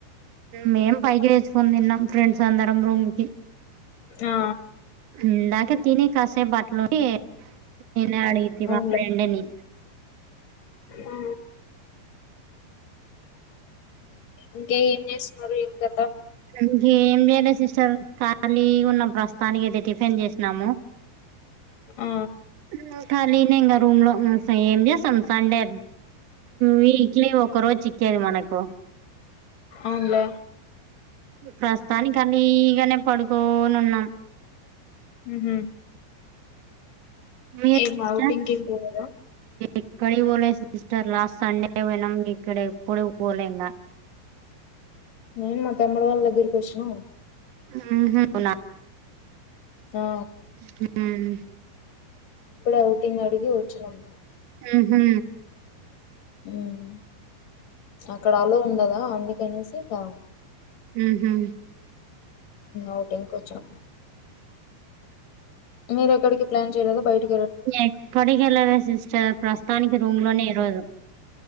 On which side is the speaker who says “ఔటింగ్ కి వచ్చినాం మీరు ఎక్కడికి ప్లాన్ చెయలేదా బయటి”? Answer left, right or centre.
Left